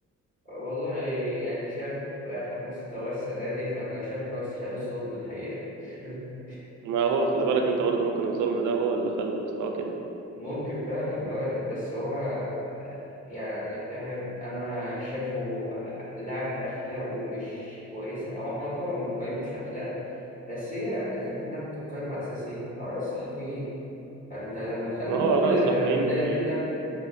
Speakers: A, on the left; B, on the right.
A: والله يعني انت شايف في مستوى السنة دي فأنا شايف إن هو يستحق الظلم الحقيقة <laughs>
B: ما هو خلي بالك انت برضه ممكن الظلم ده هو اللي خلى مستواه كده
A: ممكن فعلا وارد بس هو يعني فاهم أنا شايفه لاعب أخلاقه مش كويسة أو إحنا طبعا بنقيم مش أخلاق بس هي الفكرة إنها بتقيم على أساس إيه؟ آراء الصحفيين فأنت لما تخلي
B: ما هو
A: كله
B: رأي
A: يبقى
B: الصحفيين
A: متضايق
B: بي...
A: منك